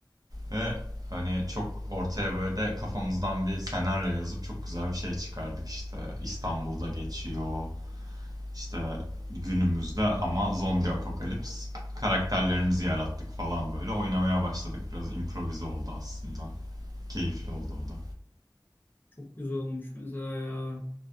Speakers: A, on the right; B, on the left.
A: Ve hani çok ortaya böyle de kafamızdan bir senaryo yazıp çok güzel bir şey çıkardık işte. İstanbul'da geçiyor. işte günümüzde ama zombi apokalips. Karakterlerimizi yarattık falan böyle. Oynamaya başladık. Biraz improvize oldu aslında. Keyifli oldu o da.
B: Çok güzel olmuş mesela ya.